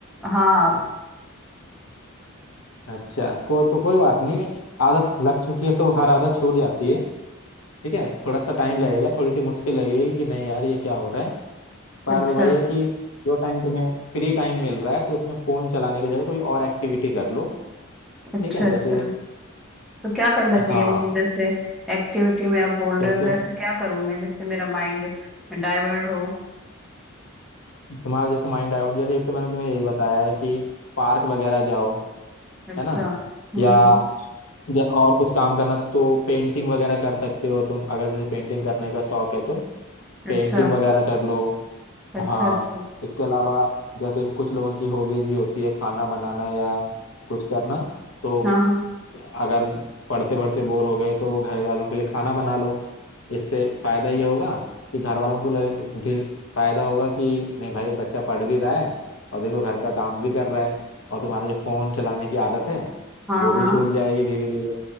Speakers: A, in the centre; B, on the left.
A: हाँ
B: अच्छा को तो कोई बात नहीं आदत लग चुकी है तो हर आदत छूट जाती है ठीक है थोड़ा सा टाइम लगेगा थोड़ी सी मुश्किल लगेगी कि नहीं यार ये क्या हो रहा है पर
A: अच्छा
B: वही है कि जो टाइम तुम्हें फ्री टाइम मिल रहा है तो उसमें फोन चलाने की जगह कोई और एक्टिविटी कर लो
A: अच्छा
B: ठीक है जैसे
A: अच्छा तो क्या करना चाहिए
B: हाँ
A: मुझे जैसे एक्टिविटी में आप बोल
B: जैसे
A: रहे हो तो ऐसे क्या करूँ मैं जिससे मेरा माइंड डाइवर्ट हो
B: तुम्हारा जैसे माइंड डाइवर्ट जैसे एक तो मैंने तुम्हें यही बताया है कि पार्क वगैरह जाओ
A: अच्छा
B: है ना
A: हम्म
B: या
A: हम्म
B: या और कुछ काम करना तो पेंटिंग वगैरह कर सकते हो तुम अगर जैसे पेंटिंग करने का शौक है तो
A: अच्छा
B: पेंटिंग वगैरह कर लो
A: अच्छा
B: हाँ
A: अच्छा
B: इसके अलावा जैसे कुछ लोगों की हॉबीज भी होती है खाना बनाना या कुछ करना तो
A: हाँ हाँ
B: अगर पढ़ते पढ़ते बोर हो गए तो घर वालों के लिए खाना बना लो इससे फायदा ये होगा कि घर वालों को लग, भी फायदा होगा कि नहीं भाई बच्चा पढ़ भी रहा है और देखो घर का काम भी कर रहा है और तुम्हारा जो फोन चलाने की आदत है
A: हाँ
B: वो
A: हाँ
B: भी छूट जाएगी धीरे धीरे